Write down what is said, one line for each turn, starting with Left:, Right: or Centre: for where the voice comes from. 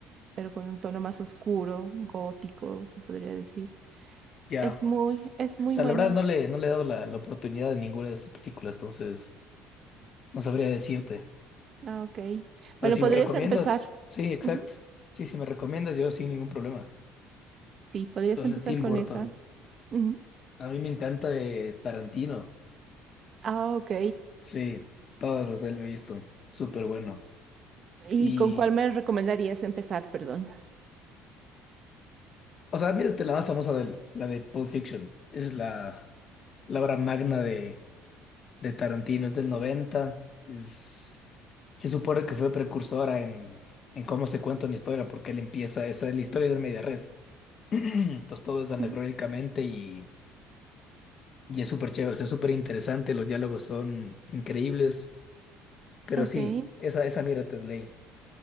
Right: pero con un tono más oscuro, gótico, se podría decir.
Left: Ya,
Right: Es muy,
Left: o
Right: es muy
Left: sea,
Right: buena.
Left: la verdad no le, no le he dado la, la oportunidad de ninguna de sus películas, entonces no sabría decirte.
Right: Ah, ok.
Left: Pero
Right: Bueno,
Left: si
Right: podrías
Left: me recomiendas,
Right: empezar.
Left: sí, exacto.
Right: Ujú,
Left: Sí, si me recomiendas, yo sin ningún problema.
Right: Sí, podrías
Left: Entonces,
Right: empezar
Left: Tim
Right: con
Left: Burton.
Right: esa. Ujú.
Left: A mí me encanta eh, Tarantino.
Right: Ah, ok.
Left: Sí, todas las de él lo he visto. Súper bueno.
Right: ¿Y
Left: Y,
Right: con cuál me recomendarías empezar? Perdón.
Left: o sea, mírate la más famosa de él, la de Pulp Fiction. Esa es la, la obra magna de, de Tarantino. Es del 90, Es, se supone que fue precursora en, en cómo se cuenta una historia, porque él empieza eso. La historia es de media res. <clears throat> Entonces, todo es anacrónicamente
Right: Ujú,
Left: y, y es súper chévere. O sea, es súper interesante. Los diálogos son increíbles. Pero
Right: Ok.
Left: sí, esa, esa mierda te leí.